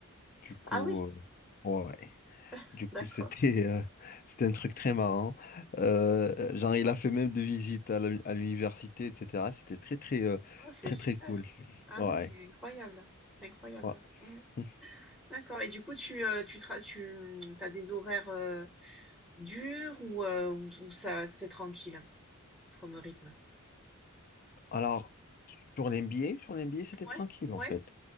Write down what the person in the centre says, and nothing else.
Ah oui,
<laughs>
d'accord.
Oh c'est
super.
Ah
ouais, c'est incroyable, incroyable.
Ouais.
D'accord et du coup tu, heu, tu tra tu, mmh, as des horaires, heu, durs ou, heu, ou ou ça c'est tranquille comme rythme?
Ouais,
ouais?